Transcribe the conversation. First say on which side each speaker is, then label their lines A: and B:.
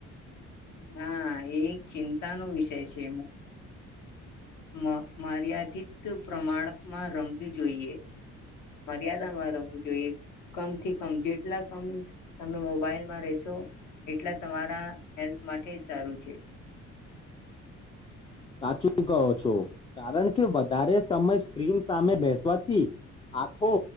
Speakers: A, on the left; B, on the left.
A: હા એ એક ચિંતા નો વિષય છે મો ગેમ્યાદ અધિત પ્રમાણમાં રમવી જોઈએ. મર્યાદામાં રમવું જોઈએ કમથી કમ જેટલા કમ તમે મોબાઈલમાં રહેશો એટલા તમારા હેલ્થ માટે સારું છે.
B: સાચું કહો છો કારણ કે વધારે સમય સ્ક્રીન સામે બેસવાથી આખો